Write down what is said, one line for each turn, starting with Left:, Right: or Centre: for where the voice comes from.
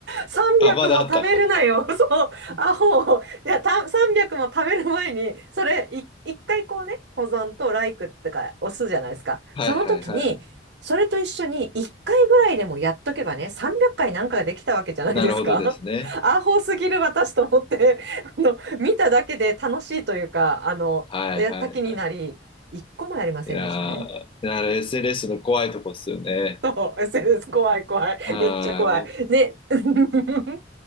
Right: 300も食べるなよ。
Left: あ、まだあった。<laughs>
Right: <laughs> そう。アホ。いや、た、300も食べる前に、それ、い、一回こうね、保存とライクってか、押すじゃないですか。
Left: はいはいはい。
Right: その時に、それと一緒に一回ぐらいでもやっとけばね、300回なんかができたわけじゃないですか。
Left: なるほどですね。
Right: <laughs> アホすぎる私と思って、<laughs> あの、見ただけで楽しいというか、あの、
Left: はいはいはい。
Right: やった気になり、一個もやりませんでしたね。
Left: いやー、なる SNS の怖いとこっすよね。
Right: そう、<laughs> SNS 怖い怖い。
Left: はい。
Right: めっちゃ怖い。
Left: お
Right: ね。<laughs>